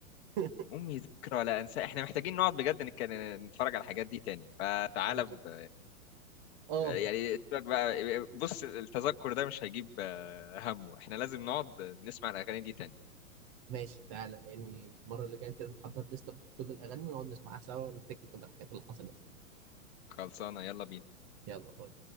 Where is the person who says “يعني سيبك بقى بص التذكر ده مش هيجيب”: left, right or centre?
Left